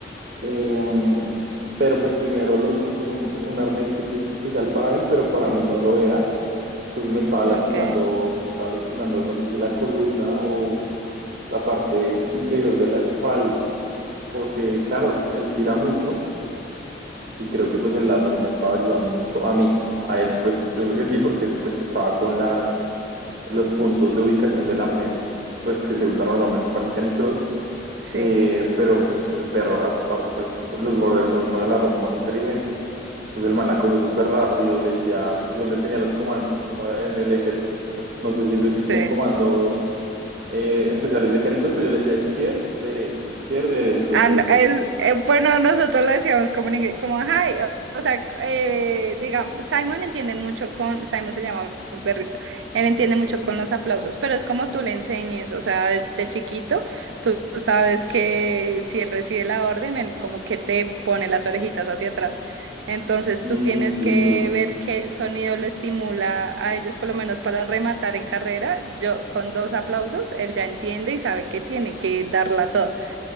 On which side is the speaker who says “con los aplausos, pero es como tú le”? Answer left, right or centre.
Right